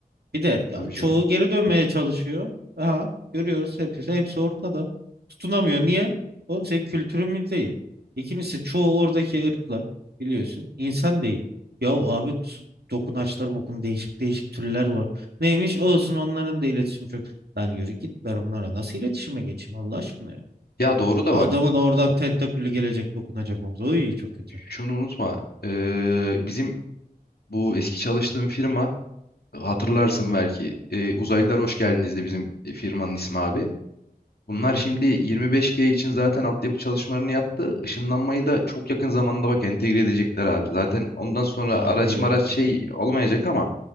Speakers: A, on the right; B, on the left.
A: Bir de ya
B: Tabii
A: çoğu
B: canım.
A: geri dönmeye çalışıyor. Aha görüyoruz hepsi, hepsi ortada. Tutunamıyor. Niye? Oğlum senin kültürün mü değil. İkincisi çoğu oradaki ırklar biliyorsun insan değil. Yahu abi su- dokunaçlar mokun değişik değişik türler var. Neymiş olsun onların da iletişim çok. Lan yürü git ben onlara nasıl iletişime geçeyim Allah aşkına ya.
B: Ya doğru da
A: Adamın
B: bak
A: oradan tentakülü gelecek dokunacak omuza. Oy çok kötü.
B: şunu unutma. Ee, bizim bu eski çalıştığım firma hatırlarsın belki. Ee, uzaylılar hoş geldinizdi bizim firmanın ismi abi. Bunlar
A: Evet.
B: şimdi 25G için zaten altyapı çalışmalarını yaptı. Işınlanmayı da çok yakın zamanda bak entegre edecekler abi. Zaten ondan sonra
A: Abi
B: araç
A: yok
B: maraç şey
A: ya.
B: olmayacak ama